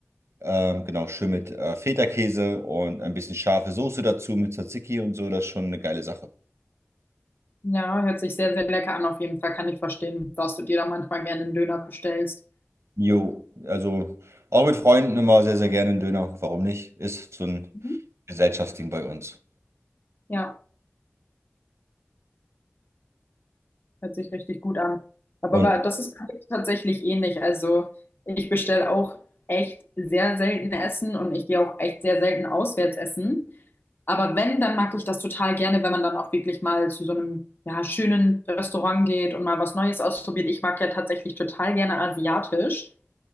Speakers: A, on the right (about 85°); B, on the left (about 50°).
A: Ähm, genau, schön mit äh, Feta-Käse und ein bisschen scharfe Soße dazu mit Tzatziki und so. Das ist schon eine geile Sache.
B: Ja, hört sich sehr, sehr lecker an. Auf jeden Fall kann ich verstehen, dass du dir da manchmal gerne einen Döner bestellst.
A: Jo, also auch mit Freunden immer sehr, sehr gerne einen Döner. Warum nicht? Ist so ein
B: Mhm.
A: Gesellschaftsding bei uns.
B: Ja. Hört sich richtig gut an. Aber,
A: Und
B: bei- das ist bei mir tatsächlich ähnlich. Also ich bestelle auch echt sehr selten Essen und ich gehe auch echt sehr selten auswärts essen. Aber wenn, dann mag ich das total gerne, wenn man dann auch wirklich mal zu so einem ja, schönen Restaurant geht und mal was Neues ausprobiert. Ich mag ja tatsächlich total gerne asiatisch.